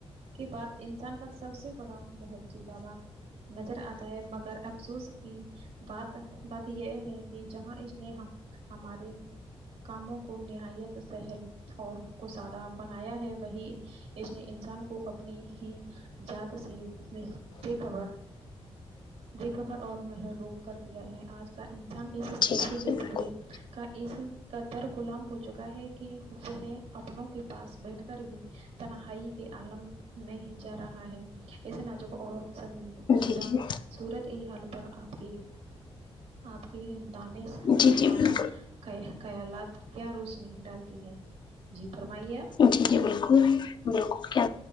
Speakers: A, on the right (about 85°); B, on the left (about 45°).
A: کے بعد انسان کا سب سے بڑا محجدا نظر آتا ہے مگر افسوس کی بات بات یہ ہے کہ جہاں اس نے ہمارے کاموں کو نہایت سہل اور کو سادہ بنایا ہے وہی اس نے انسان کو اپنی ہی جات سے بے بے خبر بے خبر اور محروم کر دیا ہے آج کا انسان اس
B: جی
A: شیشے
B: جی
A: کے
B: جی
A: ٹکڑے کا اس قدر غلام ہو چکا ہے کہ وہ ہے اپنوں کے پاس بیٹھ کر بھی تنہائی کے عالم میں ہی جا رہا ہے اسے ناجوک اور جیتا
B: جی جی
A: سورت یہ حال پر آپ کی آپ کے دانشمندانہ
B: جی جی بالکل
A: خیالات کیا روشنی ڈالتی ہیں جی پرمائیے آپ
B: جی جی بالکل بالکل کیا